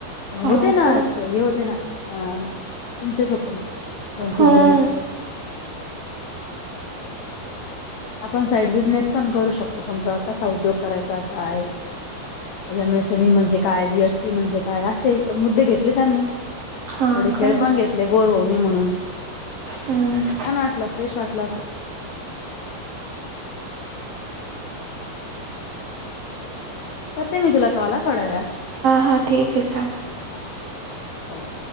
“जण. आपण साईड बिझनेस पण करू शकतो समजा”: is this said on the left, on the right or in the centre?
Left